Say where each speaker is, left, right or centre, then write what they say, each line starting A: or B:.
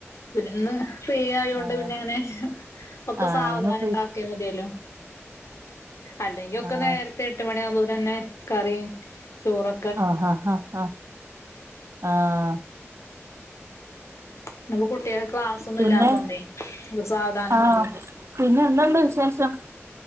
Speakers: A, on the left (about 80°); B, on the right (about 70°).
A: പിന്നെന്ന് ഫ്രീ ആയൊണ്ട്
B: ആഹ്
A: പിന്നെ ഇങ്ങനെ ഒക്കെ
B: ആഹ്
A: സാവധാനം
B: ഇന്ന് ഫ്രീ
A: ഇണ്ടാക്ക്യ മതിയല്ലോ അല്ലെങ്കി ഒക്കെ
B: ആഹ്
A: നേരത്തെ എട്ട് മണി ആവുമ്പോത്തിനെന്നേ കറിം ചോറോ
B: ആഹ് ഹാ ഹഹ് ഹാ ആഹ്
A: ഇന്ന്പ്പോ കുട്ട്യേക്ക് ക്ലാസ്സോന്നും
B: പിന്നെ
A: ഇല്ലാത്തോണ്ടേ സാവധാനം
B: ആഹ്
A: മതി
B: പിന്നെ എന്ത്‌ണ്ട് വിശേഷം